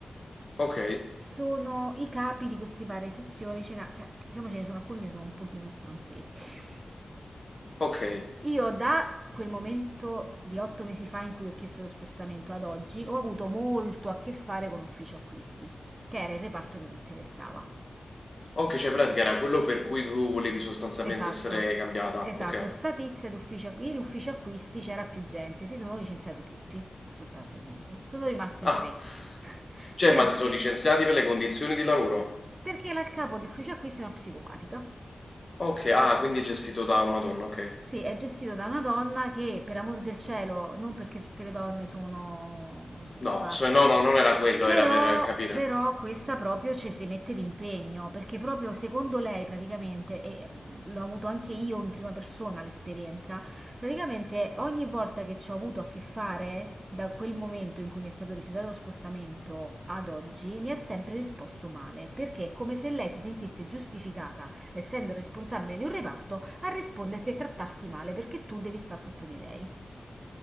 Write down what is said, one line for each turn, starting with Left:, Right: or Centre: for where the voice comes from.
Left: Ok,
Right: sono i capi di queste varie sezioni, ce n'ha- cioè, diciamo ce ne sono alcuni che sono un pochino stronzetti.
Left: ok,
Right: Io da quel momento di otto mesi fa in cui ho chiesto lo spostamento ad oggi, ho avuto molto a che fare con ufficio acquisti, che era il reparto che mi interessava.
Left: ok, cioè in pratica era quello per cui tu volevi sostanzialmente
Right: Esatto,
Left: essere cambiata.
Right: esatto,
Left: Ok.
Right: sta tizia d'ufficio, acqu- in ufficio acquisti c'era più gente, si sono licenziati tutti, sostanzialmente. Sono rimasti
Left: Ah,
Right: in tre. <laughs>
Left: cioè,
Right: Sono
Left: ma
Right: rim-
Left: si sono licenziati per le condizioni di lavoro?
Right: perché la il capo di ufficio acquisti è una psicopatica.
Left: Ok, ah, quindi è gestito da una donna, ok.
Right: Sì, è gestito da una donna che, per amor del cielo, non perché tutte le donne sono sono
Left: No,
Right: pazze,
Left: so- no, no, non era quello,
Right: però,
Left: era per capire.
Right: però questa proprio ci si mette d'impegno, perché proprio secondo lei praticamente, e l'ho avuto anche io in prima persona l'esperienza, Praticamente ogni volta che ci ho avuto a che fare, da quel momento in cui mi è stato rifiutato lo spostamento ad oggi, mi ha sempre risposto male, perché è come se lei si sentisse giustificata, essendo responsabile di un reparto, a risponderti e trattarti male perché tu devi stare sotto di lei.